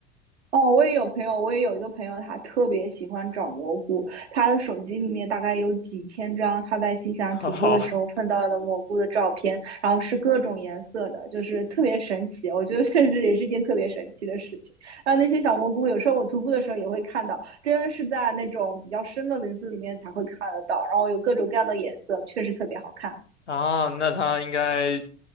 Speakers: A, on the right; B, on the left.
A: 哦，我也有朋友，我也有一个朋友，他特别喜欢找蘑菇，他的手机里面大概有几千张他在新西兰徒步的时候碰到的蘑菇的照片，
B: <laughs> 好
A: 然后是各种颜色的，就是特别神奇。我觉得确实也是一件特别神奇的事情。然后那些小蘑菇，有时候我徒步的时候也会看到，真的是在那种比较深的林子里面才会看得到，然后有各种各样的颜色，确实特别好看。
B: 啊，那他应该